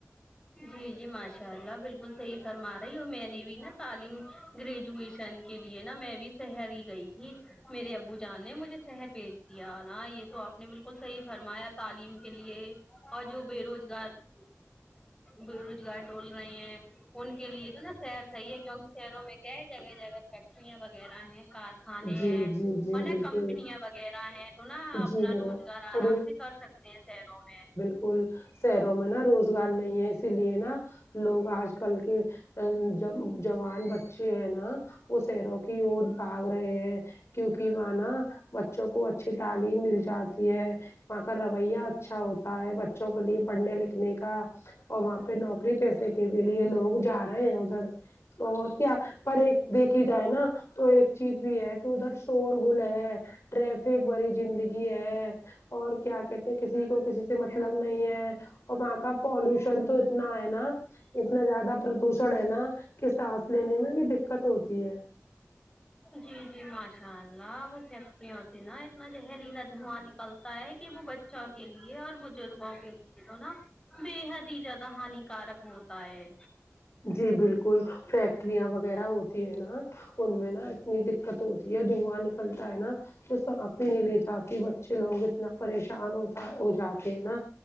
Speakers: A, on the left; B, on the left.
A: جی جی ماشاء اللہ بالکل صحیح فرما رہی ہو میں نے بھی نا تعلیم گریجویشن کے لیے نا میں بھی سهر ہی گئی تھی میرے ابو جان نے مجھے سہر بھیج دیا نا یہ تو آپ نے بالکل صحیح فرمایا تعلیم کے لیے اور جو بے روجگار بے روجگار ڈول رہے ہیں ان کے لیے تو نا سهر صحیح ہے کیونکہ شہروں میں کیا ہے جگہ جگہ فیکٹریاں وغیرہ ہیں کار کھانے
B: جی
A: ہیں
B: جی جی
A: اور نہ
B: بالکل
A: کمپنیاں وغیرہ ہیں تو نا
B: جی
A: اپنا
B: بالکل
A: روجگار
B: تو
A: آرام سے کر سکتے ہیں سیرو میں
B: اسکل شہروں میں نا روزگار نہیں ہے اسی لیے نا لوگ آج کل کےجو جوان بچے ہیں نا وہ شیروں کی اور بھاگ رہے ہیں کیوںکہ وہاں نا بچوں کو چھ تعلم مل جاتی ہے وہاں کا رویہ اچھا ہوتا ہے بچوں کے لیے پڑھنے لکھنے کا اور وہاں پہ نوکری پیسے کے بھی لیے لوگ جا رہے ہیں ادھر اور کیا پر ایک دیکھی جائے نا تو ایک چیز بھی ہے کہ ادھر شور گول ہے ٹرک ایک بڑی زندگی ہے اور کیا کہتے ہیں کسی کو کسی سے مطلب نہیں ہے اور وہاں کا پولوشن تو اتنا ہے نا اتنا زیادہ پردوشن ہے نا کہ سانس لینے میں بھی دکت ہوتی ہے
A: جی جی ماشاء اللہ وہ فیکٹریا ہوتی نا اتنا زہریلا دھواک چلتا ہے کہ وہ بچوں کے لیے اور بزرگوں کے لیے تو نا بےحد ہی زیادہ ہانی کارک ہوتا ہے
B: جی بالکل فیکٹریاں وغیرہ ہوتی ہے نا ان میں نا اتنی دقت ہوتی ہے دھواں نکلتا ہے نا تو سانس بھی نہیں لے جاتی بچے لوگ اتنا پریشان ہوتا ہو جاتے ہیں نا